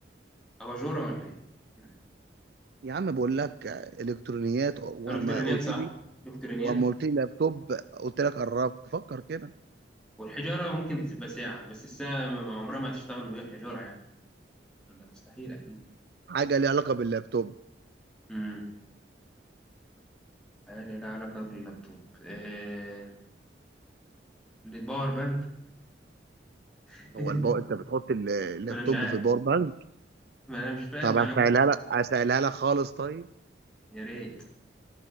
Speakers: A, in the centre; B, on the right (about 60°).
A: اباجوره ولا ايه أمم.
B: يا عم بقول لك الكترونيات وما
A: الكترونيات
B: قلت
A: صح
B: لي
A: الكترونيات
B: واما قلت لي لابتوب قلت لك قربت فكر كده
A: والحجاره ممكن تبقى ساعه بس الساعه ما- عمرها ما هتشتغل من غير حجاره يعني ده مستحيل اكيد يعني
B: حاجه ليها علاقه باللابتوب
A: أمم. حاجة لها علاقة باللابتوب آه... باور بانك <laughs>
B: هو
A: إيه اللي-
B: الباور انت بتحط ال- اللابتوب
A: ما أنا مش عارف
B: في الباور بانك
A: ما أنا مش فاهم
B: طب
A: ما
B: هسهلها
A: أنا
B: لك هسهلها لك خالص طيب
A: يا ريت